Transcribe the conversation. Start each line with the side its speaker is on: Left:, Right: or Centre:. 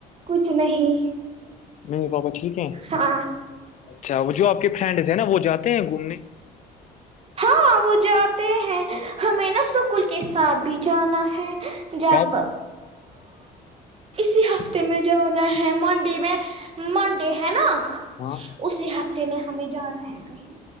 Right: کچھ نہیں
Left: ممی پاپا ٹھیک ہیں
Right: ہاں
Left: اچھا وہ جو آپ کے فرینڈس ہیں نا وہ جاتے ہیں گومنے
Right: ہاں وہ جاتے ہیں ہمیں نا سکل کے ساتھ بھی جانا ہے جب
Left: کب
Right: ای ہفتے میں جانا ہے منڈے میں منڈے ہے نا
Left: ہاں
Right: اسی ہفتے نے ہمیں جانا ہے کہیں